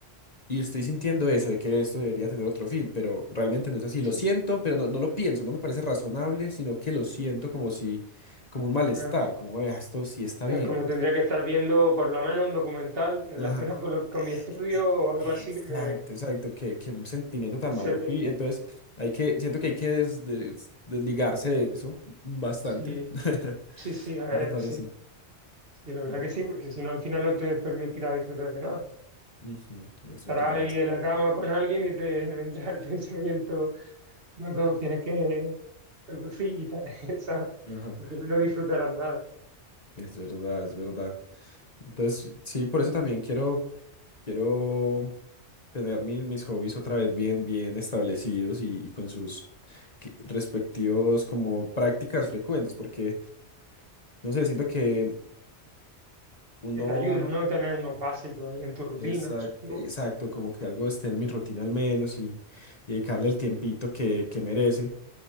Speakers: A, on the left; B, on the right.
A: y estoy sintiendo eso, de que esto debería tener otro fin, pero realmente no es así.
B: Sí,
A: Lo siento, pero no, no lo pienso, no me parece razonable, sino que lo siento como si, como un malestar,
B: ya.
A: como "Eh, esto sí está
B: Ya,
A: bien.
B: como tendría que estar viendo por lo menos un documental relacionado
A: Ajá.
B: con, lo- con
A: Eh,
B: mi estudio
A: eh,
B: o algo
A: Exacto,
B: así que me...
A: exacto, qué, qué sentimiento tan
B: se
A: maluco.
B: ve-
A: Y entonces hay que, siento que hay que des- des- desligarse de eso bastante.
B: sí,
A: <laughs>
B: sí, sí, eh,
A: ¿No te parece?
B: sí, sí, la verdad
A: Uy,
B: que sí, porque si no al final no te permitirá disfrutar de nada.
A: ujú, Es
B: Estarás
A: verdad,
B: ahí
A: es
B: en
A: ver-
B: la cama con alguien y te <laughs> vendrá el pensamiento, no, no, tienes que producir y tal, <laughs> ¿sabes?
A: ajá,
B: Al final no disfrutarás nada.
A: es verdad, es verdad. Entonces, sí, por
B: Y
A: eso también quiero, quiero tener mis, mis hobbies otra vez bien, bien establecidos y, y con sus que- respectivos como prácticas frecuentes, porque, no sé, siento que uno
B: que te ayuda, ¿no? Tener unos básicos ahí en tus rutinas,
A: es
B: ¿no?
A: exacto, como que algo esté en mi rutina al menos y, y dedicarle el tiempito que, que merece,